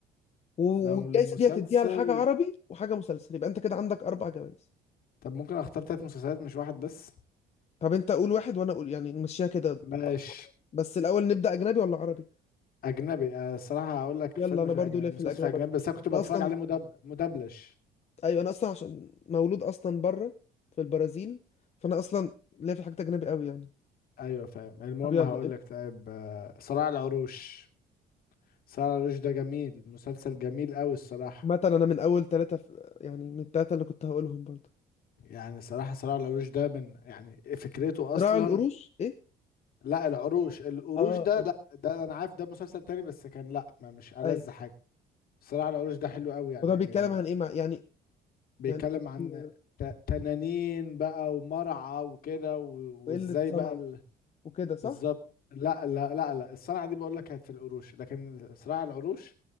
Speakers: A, on the left (about 40°); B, on the left (about 60°).
A: و-
B: لو
A: والجايزه
B: لمسلسل
A: دي هتديها لحاجه عربي وحاجه مسلسل يبقى انت كده عندك اربع جوائز
B: طب ممكن اختار تلات مسلسلات مش واحد بس
A: طب انت قول واحد وانا اقول يعني نمشيها كده
B: ماشي
A: واحدة. بس الاول نبدا اجنبي ولا عربي
B: اجنبي آه الصراحة هقول لك
A: يلا
B: فيلم
A: انا
B: في
A: برضو
B: الاجنبي
A: ليه في
B: مسلسل
A: الاجنبي
B: في اجنبي
A: أكتر.
B: بس انا كنت بتفرج
A: انا اصلا
B: عليه مدب... مدبلج
A: ايوه انا اصلا عشان مولود اصلا بره في البرازيل فانا اصلا ليا في الحاجات اجنبي قوي يعني
B: ايوه فاهم المهم
A: طب يلا
B: هقول
A: ابدا
B: لك طيب آه، صراع العروش سارة العروش ده جميل مسلسل جميل قوي الصراحة
A: عامة انا من اول ثلاثة في... يعني من الثلاثة اللي كنت هقولهم برضه
B: يعني صراحة سارة العروش ده من يعني فكرته
A: صراع
B: أصلا
A: القروش ايه
B: لا العروش القروش
A: اه
B: ده
A: اه
B: لا ده أنا عارف ده مسلسل تاني بس كان لا ما مش ألذ
A: ايوه
B: حاجة صراحة العروش ده حلو قوي يعني
A: وده بيتكلم عن ايه مع يعني
B: بيتكلم
A: يعني أوكي،
B: عن ت- تنانين بقى ومرعى وكده و-
A: وقلة
B: وإزاي
A: صنع
B: بقى ال-
A: وكده صح
B: بالظبط لا لا لا لا الصنعة دي بقول لك كانت في القروش لكن صراع العروش